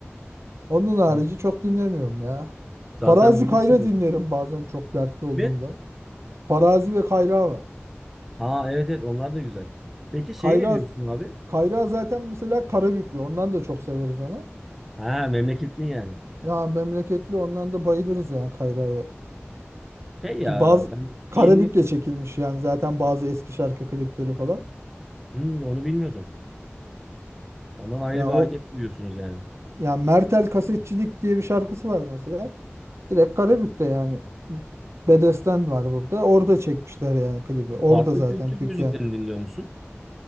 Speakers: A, on the right; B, in the centre.
A: Onun harici
B: Biz,
A: çok dinlemiyorum ya.
B: zaten
A: Farazi
B: bilirsin
A: Kayra
B: yani.
A: dinlerim bazen çok dertli olduğumda.
B: Değil mi?
A: Farazi ve Kayra var.
B: Ha evet evet onlar da güzel. Peki şey
A: Kayra
B: ne diyorsun abi?
A: Kayra zaten mesela Karabüklü. Ondan da çok severiz onu.
B: Ha memleketlin yani.
A: Ya memleketli ondan da bayılırız yani Kayra'ya.
B: Şey ya
A: Ki bazı
B: hani
A: Karabük'te
B: yeni nesil
A: çekilmiş yani zaten bazı eski şarkı klipleri falan.
B: Hmm, onu bilmiyordum. Ondan ayrı
A: Ya
B: bir
A: o
B: aidiyet duyuyorsunuz yani.
A: Ya Mertel Kasetçilik diye bir şarkısı var mesela. Direkt Karabük'te yani. Bedesten var burada. Orada çekmişler yani klibi. Orada
B: Farklı
A: zaten
B: kültür
A: dükkan.
B: müziklerini dinliyor musun?